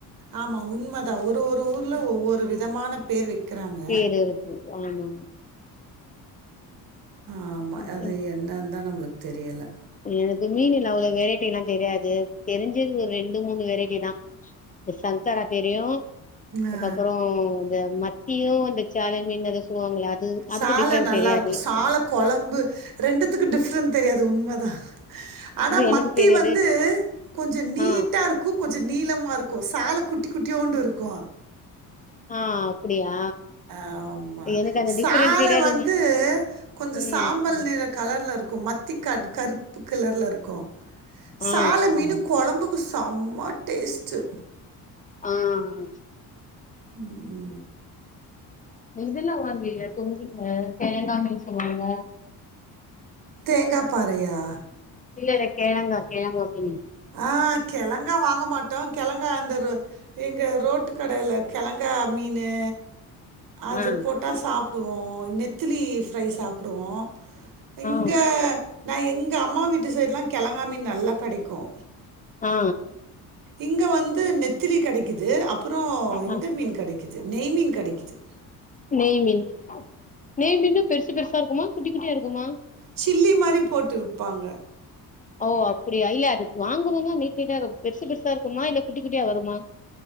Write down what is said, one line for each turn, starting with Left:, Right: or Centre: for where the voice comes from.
Right: ஆமா உண்ம தா ஒரு ஒரு ஊர்ல ஒவ்வொரு விதமான பேர் வைக்கிறாங்க
Left: பேரு இருக்கு ஆமா
Right: ஆமா
Left: ம்.
Right: அது என்னன் தா நம்ளுக் தெரியல
Left: எனக்கு மீனுல அவ்ளவு வெரைட்டி எல்லா தெரியாது தெரிஞ்சது ஒரு ரெண்டு மூணு வெரைட்டி தா <unintelligible> சங்கரா தெரியு அதுக்கப்பறோ
Right: ஆ
Left: இந்த மத்தியு இந்த சால மீன் எதோ சொல்லுவாங்களா அது அதுக்கு
Right: சால
Left: டிஃப்ரெண்ட்
Right: நல்லா
Left: தெரியாது
Right: இருக்கு சால கொழம்பு ரெண்டுத்துக்கு டிஃப்ரெண்ட் தெரியாது உண்மதா அனா
Left: எனக்கு
Right: மத்தி
Left: தெரியாது
Right: வந்து கொஞ்ச நீட்டா
Left: ஆ
Right: இருக் கு கொஞ்ச நீளமா இருக்கு சால குட்டி குட்டியூண்டு இருக்கு
Left: ஆ அப்டியா
Right: ஆமா
Left: எனக்கு அந்த டிஃப்ரெண்ட்
Right: சால
Left: தெரியாது
Right: வந்து கொஞ்ச
Left: ம்
Right: சாம் பல் நிற கலர்ல இருக்கு மத்தி க கருப்பு கலர்ல இருக்கு
Left: ஆ
Right: சால மீனு கொழம்புக்கு செம்ம டேஸ்ட்டு
Left: ஆ ஆ
Right: ம்
Left: இதல்லா வாங்வீக <unintelligible> கெழங்கா மீன் சொல்லுவாங்க
Right: தேங்கா பாறையா
Left: இல்லல்ல கெழங்கா கெழங்கா மீனு
Right: ஆ கெழங்கா வாங்க மாட்டோ கெழங்கா அந்த ஒரு எங்க ரோட்டு கடைல கெழங்கா மீனு அது
Left: ஆ
Right: போட்டா சாப்புடுவோ நெத் திலி ஃப்ரை சாப்புடுவோ
Left: ஆ
Right: இங்க நா எங்க அம்மா வீட்டு சைடுலா கெழங்கா மீன் நல்லா கடைக்கும
Left: ஆ
Right: இங்க வந்து நெத்திளி கெடைக்குது அப்பறோ இந்த
Left: ஆ
Right: மீன் கெடைக்குது நெய் மீன் கெடைக்குது
Left: நெய் மீன் நெய் மீன்னா பெருசு பெருசா இருக்குமா குட்டி குட்டியா இருக்குமா
Right: சில்லி மாரி போட்டு விப்பாங்க
Left: ஓ அப்படியா இல்ல அதுக்கு வாங்கணுன்னா நீட் நீட்டா பெருசு பெருசா இருக்குமா இல்ல குட்டி குட்டியா வருமா